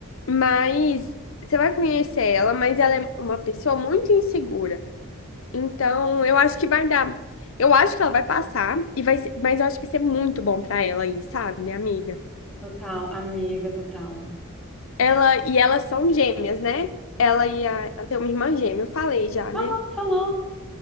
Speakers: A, on the left; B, in the centre.
A: Mas você vai conhecer ela, mas ela é uma pessoa muito insegura. Então, eu acho que vai dar. Eu acho que ela vai passar e vai ser- mas eu acho que vai ser muito bom pra ela aí, sabe, minha amiga?
B: Total, amiga, total.
A: Ela e elas são gêmeas, né? Ela e a, ela tem uma irmã gêmea, eu falei já,
B: Falou,
A: né?
B: falou.